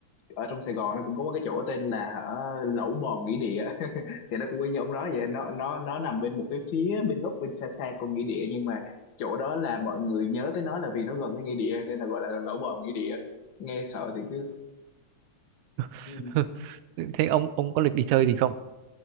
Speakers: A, on the left; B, on the right.
A: ở trong Sài Gòn nó cũng có một cái chỗ tên là ờ, Lẩu Bò Nghĩa Địa <laughs> thì nó cũng y như ông nói vậy nó nó nó nằm bên một cái phía bên góc bên xa xa con nghĩa địa nhưng mà chỗ đó là mọi người nhớ tới nó là vì nó gần cái nghĩa địa nên là gọi là Lẩu Bò Nghĩa Địa nghe sợ thì cứ
B: <laughs>
A: ừ.
B: thế ông ông có lịch đi chơi gì không